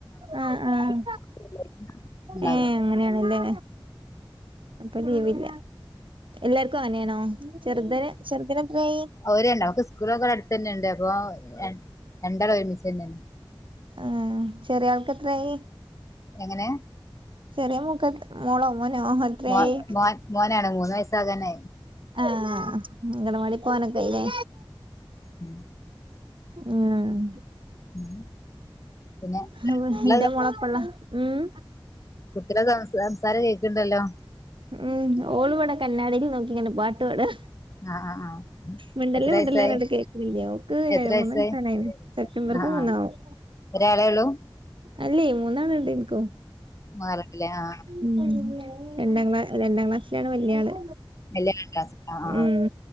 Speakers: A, on the right (about 70°); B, on the left (about 35°).
A: ആഹ് ആഹ്
B: <unintelligible> ഇണ്ടാകും
A: ഏഹ് അങ്ങനെയാണ്ലേ. അപ്പം ലീവില്ല. എല്ലാർക്കു അങ്ങനേണോ? ചെർത് ചെർതിനെത്രയായീ?
B: ഓര് രണ്ട്. ഓൽക്ക് സ്കൂളൊക്കെ ഇവ്ടെ അട്ത്തന്നെണ്ട് അപ്പോ, രൺ രണ്ടാളും ഒരുമിച്ചന്നേണ്.
A: ഏഹ്, ചെറിയാൾക്കെത്രായീ?
B: എങ്ങനെ?
A: ചെറിയ മോക്ക് എത് മോളോ മോനോ എത്രയായി
B: മോൻ മോൻ മോനാണ്, മൂന്നെയ്സ്സാകാനായി.
A: ആഹ്, അങ്കനവാടീ പോകാനൊക്കായിലേ?
B: ഉം
A: ഏഹ്
B: ഉം പിന്നെ
A: ഹവേ
B: കുട്ടികളെ
A: ഇന്റെ മാപ്പള ഊം
B: കുട്ടികളെ സംസ സംസാരം കേക്ക്ണ്ടല്ലോ.
A: ഉം ഓള് വടെ കണ്ണാടീല് നോക്കിങ്ങനെ പാട്ട്പാടാ
B: ആഹ് ആഹ് ആഹ്
A: മുണ്ടല്ലെ
B: എത്ര
A: മുണ്ടല്ലേർഞ്ഞ്ട്ട്
B: വയസായി
A: കേക്ക്ണില്ല്യ. ഓക്ക്
B: എത്ര
A: ര മൂന്നെയ്സാകാനായിണ്.
B: വയസായി
A: സെപ്റ്റംബർക്ക്
B: ആഹ്
A: മൂന്നാവും.
B: ആഹ് ഒരാളെ ഉള്ളൂ?
A: അല്ലേ മൂന്നാള്ണ്ട് ഇൻക്കും.
B: മൂന്നാളല്ലേ ആ
A: ഉം രണ്ടാം ക്ലാ രണ്ടാം ക്ലാസ്സിലാണ് വല്യാള്.
B: വല്യ ക്ലാസ് ആ ആ
A: ഉം